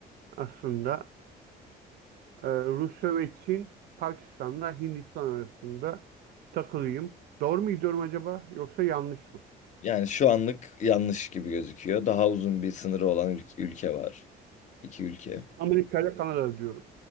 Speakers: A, on the right (about 65°); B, on the left (about 45°).
A: aslında. Ee, Rusya ve Çin, Pakistan'la Hindistan arasında takılıyım. Doğru mu gidiyorum acaba yoksa yanlış mı?
B: Yani şu anlık yanlış gibi gözüküyor. Daha uzun bir sınırı olan ül- ülke var. İki ülke.
A: Amerika ile Kanada diyorum.